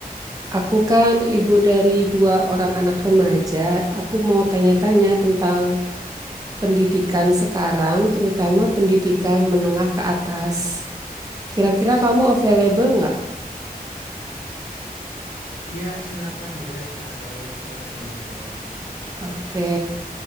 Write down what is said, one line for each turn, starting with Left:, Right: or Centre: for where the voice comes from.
Right: aku kan ibu dari dua orang anak remaja. Aku mau tanya-tanya tentang pendidikan sekarang, terutama pendidikan menengah ke atas. Kira-kira kamu available nggak?
Left: Iya, silakan boleh Kak Nailil, saya available.
Right: Oke,